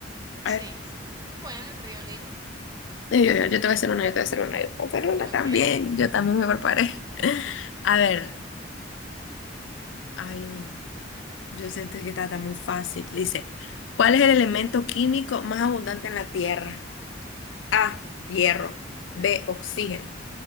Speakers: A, on the left (about 75°); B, on the right (about 20°).
A: A
B: Sí.
A: ver,
B: Bueno, el río Nilo.
A: yo, yo, yo te voy a hacer una, yo te voy a hacer una, yo te voy a hacer una
B: Ok.
A: también. Yo también me preparé. <laughs> A ver, ay no, yo siento que está, tan muy fácil. Dice, ¿cuál es el elemento químico más abundante en la Tierra? A, hierro. B, oxígeno.